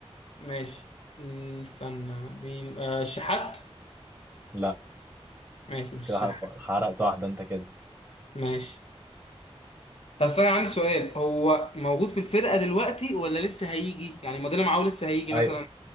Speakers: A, on the left (about 70°); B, on the right (about 20°).
A: ماشي مم، استنى بين آه الشحات
B: لا
A: ماشي مش
B: كده
A: الشحات
B: حرف- حرقت واحدة انت كده
A: ماشي طب استنى عندي سؤال هو موجود في الفرقة دلوقتي ولا لسه هيجي يعني مودينا معاه لسه هيجي
B: ايوه
A: مثلا